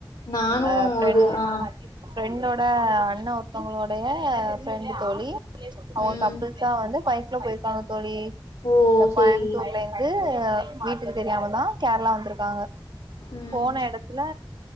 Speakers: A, on the left (about 70°); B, on the right (about 55°).
A: நானும்
B: ஆ ஃப்ரெண்ட்
A: ஒரு ஆ
B: ஃப்ரெண்டோட அண்ணா ஒருத்தோங்களுடைய ஃப்ரெண்டு தோழி அவுங்க
A: ம்.
B: கப்புள்ஸா வந்து பைக்ல போயிருக்காங்க தோழி
A: ஓ!
B: இந்த
A: சரி.
B: கோயம்புத்தூர்ல ந்து வீட்டுக்கு தெரியாமதா கேர்ளா வந்திருக்காங்க
A: ம்.
B: போன எட த்துல